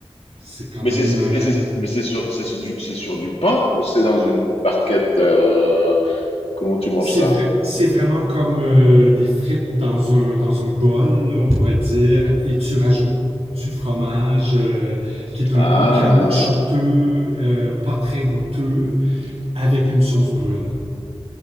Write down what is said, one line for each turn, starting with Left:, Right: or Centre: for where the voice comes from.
Right: c'est quand
Left: Mais
Right: même
Left: c'est
Right: euh,
Left: mais c'est mais c'est sur c'est sur du c'est sur du pain ou c'est dans une barquette euh, comment tu manges
Right: c'est
Left: ça?
Right: vrai c'est vraiment comme euh, des frites dans un dans un bol, là, on pourrait dire, et tu rajoutes du fromage euh, qui est un
Left: Ah.
Right: peu caoutchouteux, euh, pas très goûteux, avec une sauce brune.